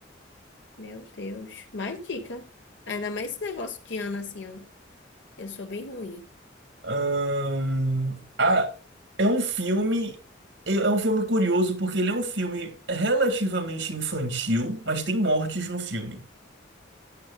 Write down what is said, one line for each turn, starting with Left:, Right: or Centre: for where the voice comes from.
Left: Meu Deus, mais dica. Ainda mais esse negócio de ano assim, ó. Eu sou bem ruim.
Right: Ahn, a- é um filme. É é um filme curioso porque ele é um filme relativamente infantil, mas tem mortes no filme.